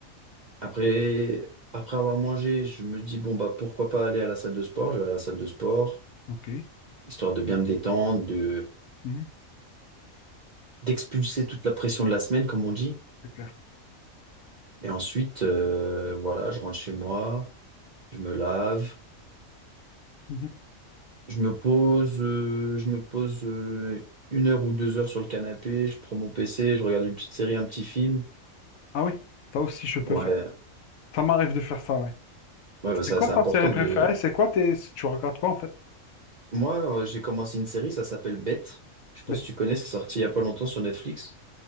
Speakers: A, on the right; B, on the left.
A: Après, après avoir mangé, je me dis, bon, bah, pourquoi pas aller à la salle de sport? Je vais à la salle de sport,
B: OK.
A: histoire de bien me détendre, de,
B: mhm,
A: d'expulser toute la pression de la semaine, comme on dit.
B: C'est clair.
A: Et ensuite, euh, voilà, je rentre chez moi, je me lave,
B: Mhm.
A: Je me pose, euh, je me pose euh, une heure ou deux heures sur le canapé, je prends mon PC, je regarde une petite série, un petit film.
B: Ah oui, ça aussi, je peux
A: Ouais,
B: faire. Ça m'arrive de faire ça, ouais.
A: ouais, bah, ça,
B: C'est quoi
A: c'est important
B: ta série préférée?
A: de.
B: C'est quoi tes... Tu regardes quoi, en fait?
A: Moi, euh, j'ai commencé une série, ça s'appelle Bête. Je sais pas
B: Bête.
A: si tu connais, c'est sorti il y a pas longtemps sur Netflix.